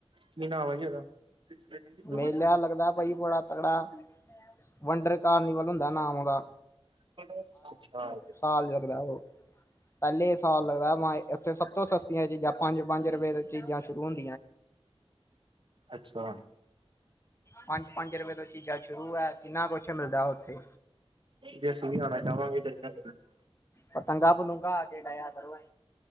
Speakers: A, on the right (about 55°); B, on the left (about 25°).
A: ਕੀ ਨਾਂ ਹੈ ਜੀ ਉਹਦਾ? ਖਰ
B: ਮੇਲਾ ਲੱਗਦਾ ਭਾਜੀ ਬੜਾ ਤਗੜਾ। ਵੰਡਰ ਕਾਰਨੀਵਲ ਹੁੰਦਾ ਨਾਮ ਉਹਦਾ
A: <unintelligible> <unintelligible> ਅੱਛਾ।
B: ਹਾਲ ਲਗਦਾ ਉਹ ਪੈਲੇ ਸਾਲ ਲੱਗਦਾ ਮ ਇੱਥੇ ਸਭ ਤੋਂ ਸਸਤੀਆਂ ਚੀਜ਼ਾਂ ਪੰਜ, ਪੰਜ ਰੁਪਏ ਚੀਜ਼ਾਂ ਸ਼ੁਰੂ ਹੁੰਦੀ
A: ਅੱਛਾ
B: ਪੰਜ ਪੰਜ ਰੁਪਏ ਤੋਂ ਚੀਜ਼ਾਂ ਸ਼ੁਰੂ ਹੈ ਕਿੰਨਾ ਕੁਛ ਮਿਲਦਾ ਉੱਥੇ
A: ਜੇ ਅਸੀਂ ਵੀ ਆਉਣਾ ਚਾਹਵਗੇ ਇੱਰਧਰ <unintelligible>
B: ਪਤੰਗਾ ਪ ਤੁੰਗਾ ਕੇ ਡਾਇ ਆ ਕਰੋ